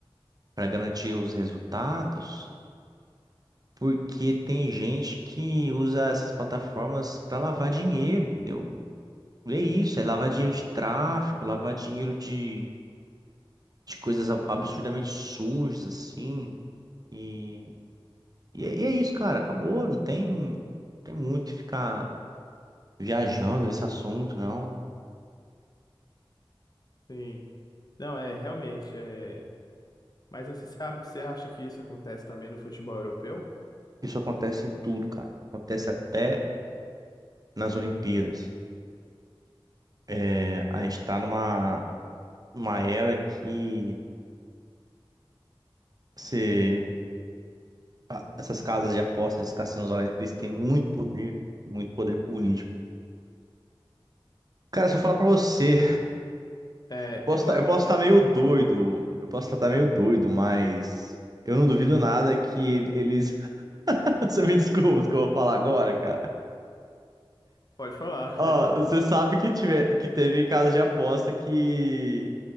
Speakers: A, on the right; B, on the left.
A: para garantir os resultados, porque tem gente que usa essas plataformas para lavar dinheiro, entendeu? E é isso, é lavar
B: Sim,
A: dinheiro de tráfico, lavar dinheiro de, de coisas ab- absurdamente sujas, assim. E, e é e é isso, cara, acabou, não tem, tem muito que ficar viajando nesse assunto, não.
B: sim. Não, é realmente, é... Mas assim, você a- você acha que isso acontece também no futebol europeu?
A: Isso acontece em tudo, cara. Acontece até nas Olimpíadas. É, a gente tá numa, numa era que você a- essas casas de apostas, esses cassinos, olha, eles têm muito poder, muito poder político. Cara, se eu falar pra você,
B: É,
A: eu posso
B: eu
A: tá,
B: acho
A: eu posso
B: que...
A: estar meio doido, eu posso estar meio doido, mas eu não duvido nada que eles. <laughs> Você me desculpa o que eu vou falar agora, cara.
B: Pode falar.
A: Ó, você
B: <laughs>
A: sabe que, tiver, que teve casos de aposta que,